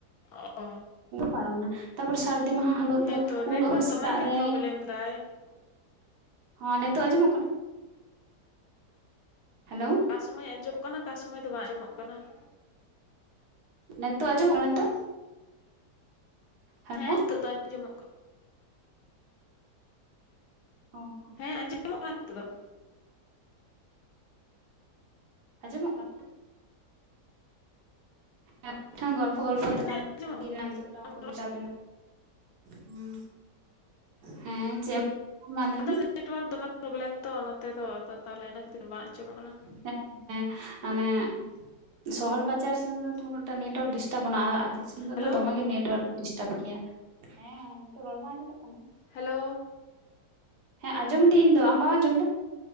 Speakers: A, on the left; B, on the right.
A: ᱚ ᱾
B: ᱯᱟᱨᱚᱢᱱᱟ ᱛᱟᱨᱯᱚᱨᱮ ᱥᱟᱹᱨᱫᱤ ᱢᱟᱦᱟ ᱦᱤᱞᱳᱜ
A: ᱦᱮᱸᱛᱚ
B: ᱫᱚ ᱩᱱ
A: ᱱᱮᱴᱣᱟᱨᱠ
B: ᱦᱤᱞᱳᱜ ᱦᱚᱸ ᱥᱮᱛᱟᱜ
A: ᱫᱚᱢᱮ ᱜᱮ
B: ᱨᱮ
A: ᱯᱨᱚᱵᱞᱮᱢ ᱫᱟᱭ
B: ᱦᱚᱸ ᱱᱤᱛᱚᱜ ᱟᱸᱡᱚᱢᱚᱜ ᱠᱟᱱᱟ? ᱦᱮᱞᱳ
A: ᱚᱠᱟ ᱥᱚᱢᱚᱭ ᱟᱸᱡᱚᱢᱚᱜ ᱠᱟᱱᱟ ᱚᱠᱟ ᱥᱚᱢᱚᱭ ᱫᱚ ᱵᱟᱝ ᱟᱸᱡᱚᱢᱚᱜ ᱠᱟᱱᱟ ᱾
B: ᱱᱮᱛᱚᱜ ᱟᱸᱡᱚᱢᱚᱜ ᱠᱟᱱᱟ ᱱᱮᱛᱚᱜ? ᱦᱮᱞᱳ
A: ᱦᱮᱸ ᱱᱤᱛᱚᱜ ᱫᱚ ᱟᱸᱡᱚᱢᱚᱜ ᱠᱟ
B: ᱚᱸ ᱾
A: ᱦᱮᱸ ᱟᱸᱡᱚᱢᱚᱜ ᱠᱟᱱᱟ ᱱᱤᱛᱩᱜ ᱫᱚ ᱾
B: ᱟᱸᱡᱚᱢᱚᱜ ᱠᱟᱱᱟ ᱾ ᱮᱸ <unintelligible> ᱜᱚᱞᱯᱷᱚ ᱜᱚᱞᱯᱷᱚ ᱛᱮᱞᱟᱝ
A: ᱦᱮᱸ
B: <unintelligible>
A: ᱟᱸᱡᱚᱢᱚᱜ
B: ᱛᱚ
A: ᱠᱟᱱᱟ
B: ᱴᱟᱣᱚᱨ ᱾ ᱠᱚᱰᱤᱥᱟ ᱢᱮᱱᱟᱜ ᱦᱩᱸ, ᱦᱮᱸ ᱪᱮᱜ-ᱮᱢ ᱢᱟ ᱞᱟᱹᱭ
A: ᱟᱫᱚ
B: ᱢᱮ?
A: ᱱᱮᱴᱣᱟᱨᱠ ᱫᱚᱢᱮ ᱯᱨᱚᱵᱮᱞᱮᱢ ᱛᱚ ᱱᱚᱛᱮ ᱫᱚ ᱟᱫᱚ ᱛᱟᱦᱚᱞᱮ ᱤᱱᱟᱹ ᱠᱷᱟᱹᱛᱤᱨ ᱵᱟᱝ ᱟᱸᱡᱚᱢᱚᱜ ᱠᱟᱱᱟ ᱾
B: ᱦᱮᱸᱻᱚ ᱦᱮᱸ ᱦᱮᱸ ᱢᱟᱱᱮᱜ ᱥᱚᱦᱚᱨ ᱵᱟᱡᱟᱨ ᱥᱮᱱ ᱫᱚ ᱛᱚ ᱩᱱᱟᱹᱜ ᱴᱟ ᱱᱮᱴᱣᱟᱨᱠ ᱰᱤᱥᱴᱟᱯᱵᱟᱱᱩᱜᱼᱟ, ᱟᱨ ᱟᱛᱳ ᱫᱤᱥᱚᱢ ᱨᱮ
A: ᱦᱮᱞᱳ
B: ᱫᱚ ᱫᱚᱢᱮ ᱜᱮ ᱱᱮᱴᱣᱟᱨᱠ ᱰᱤᱥᱴᱟᱯ ᱜᱮᱭᱟ ᱾ ᱦᱮᱸ ᱱᱤᱛᱚᱜ ᱨᱚᱲ ᱵᱟᱝ ᱟᱸᱡᱚᱢᱚᱜ ᱠᱟᱱᱟ?
A: ᱦᱮᱞᱳ
B: ᱦᱮᱸ ᱟᱧᱡᱚᱢ ᱫᱤᱧ ᱤᱧ ᱫᱚ ᱟᱢ ᱵᱟᱢ ᱟᱸᱡᱚᱢ ᱫᱟ?